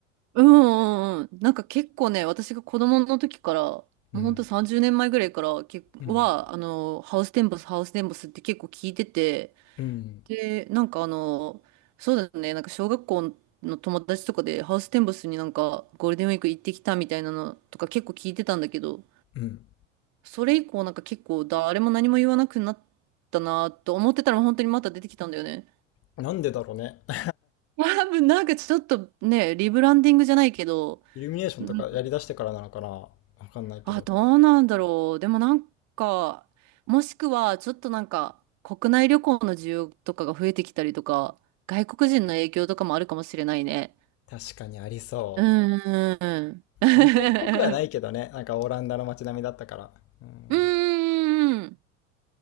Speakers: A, on the right (about 50°); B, on the left (about 40°).
A: うんうんうんうん。なんか結構ね、私が子供の時から、もうほんと30年前ぐらいから、
B: うん。
A: けは、
B: うん。
A: あの、ハウステンボス、ハウステンボスって結構聞いてて、
B: うん。
A: で、なんかあの、そうだね、なんか小学校の友達とかでハウステンボスになんかゴールデンウィーク行ってきたみたいなのとか結構聞いてたんだけど、
B: うん。
A: それ以降なんか結構誰も何も言わなくなったなと思ってたら本当にまた出てきたんだよね。
B: なんでだろうね。<laughs>
A: 多分なんかちょっとね、リブランディングじゃないけど、
B: イルミネーションとかやりだしてからなのかな。
A: ん
B: わかんないけど。
A: あ、どうなんだろう。でもなんか、もしくはちょっとなんか国内旅行の需要とかが増えてきたりとか、外国人の影響とかもあるかもしれないね。
B: 確かにありそ
A: うーん。<laughs>
B: う。日本っぽくはないけどね。なんかオランダの街並みだったから。うん。
A: うーん。